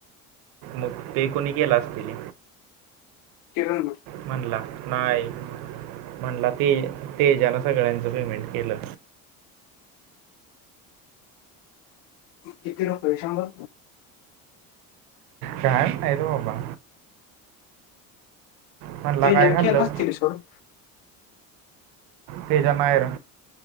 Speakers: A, on the right; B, on the left.
A: मग तेे कोणी केला असतील?
B: किरण नी.
A: म्हणला नाही म्हणला ते तेजान सगळ्यांचं पेमेंट केलं.
B: किती रुपये सांगा.
A: काय नाही र बाबा. म्हणला
B: तेजान
A: काय खाल्लं
B: केला असतील हिशोब.
A: तेज्या नाय र